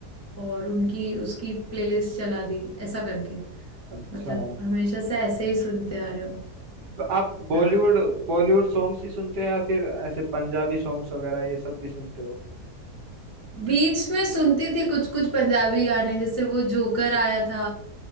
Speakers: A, on the left; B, on the right.
A: और उनकी उसकी प्लेलिस्ट चला दी ऐसा करके
B: अच्छा
A: मतलब हमेशा से ऐसे ही सुनते आ रहे हो
B: तो आप बॉलीवुड
A: हाँ
B: बॉलीवुड सॉन्ग्स ही सुनते हैं या फिर ऐसे पंजाबी सॉन्ग्स वगैरह ये सब भी सुनते हो
A: बीच में सुनती थी कुछ कुछ पंजाबी गाने जैसे वो जोकर आया था